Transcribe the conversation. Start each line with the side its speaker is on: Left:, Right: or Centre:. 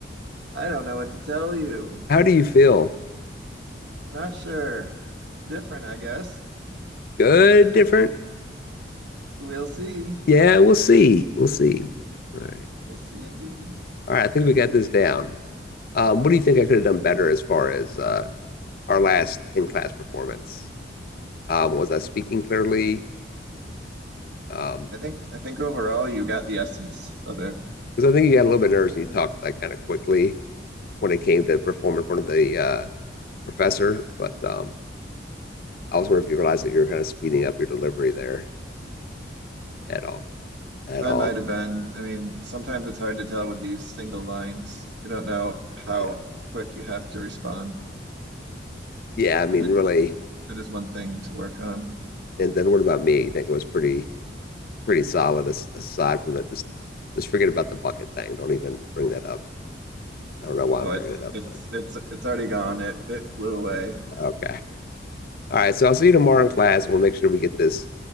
Right: I don't know what to tell you.
Left: How do you feel?
Right: Not sure. Different, I guess.
Left: Good? Different?
Right: We'll see.
Left: Yeah, we'll see. We'll see. All right.
Right: We'll see indeed.
Left: All right. I think we got this down. Um, what do you think I could have done better as far as uh, our last in class performance? Um, was I speaking clearly? Um,
Right: I think I think overall you got the essence of it.
Left: because I think you got a little bit nervous and you talked like kind of quickly when it came to perform in front of the uh, professor. But um, I was wondering if you realized that you were kind of speeding up your delivery there at all. at
Right: I
Left: all.
Right: might have been. I mean, sometimes it's hard to tell with these single lines. You don't know how
Left: Yeah.
Right: quick you have to respond.
Left: Yeah. I mean,
Right: That
Left: really.
Right: is, that is one thing to work on.
Left: And then what about me? You think it was pretty, pretty solid as, aside from that? Just, just forget about the bucket thing. Don't even bring that up. I don't know why
Right: Oh,
Left: I'm bringing
Right: it's
Left: it up,
Right: it's
Left: but
Right: it's it's already gone. It it flew away.
Left: okay. All right. So I'll see you tomorrow in class and we'll make sure we get this